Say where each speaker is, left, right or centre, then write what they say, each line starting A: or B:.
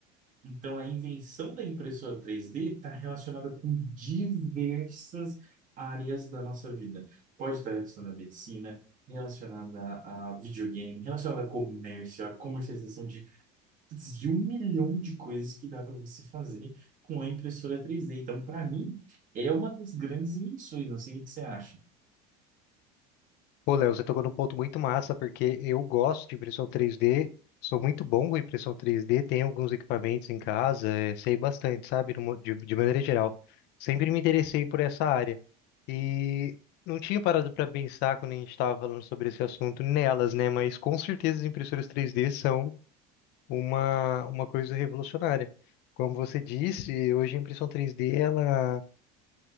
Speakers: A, on the right; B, on the left.
A: Então, a invenção da impressora 3D está relacionada com diversas áreas da nossa vida. Pode estar relacionada à medicina, relacionada a videogame, relacionada a comércio, a comercialização de, putz, de um milhão de coisas que dá para você fazer com a impressora 3D. Então, para mim, é uma das grandes invenções. Não sei o que você acha.
B: Pô, Léo, você tocou num ponto muito massa, porque eu gosto de impressão 3D, sou muito bom com impressão 3D, tenho alguns equipamentos em casa, eh, sei bastante, sabe, Numa- de, de maneira geral. Sempre me interessei por essa área. E não tinha parado para pensar quando a gente estava falando sobre esse assunto nelas, né? Mas com certeza as impressoras 3D são uma, uma coisa revolucionária. Como você disse, hoje a impressão 3D, ela.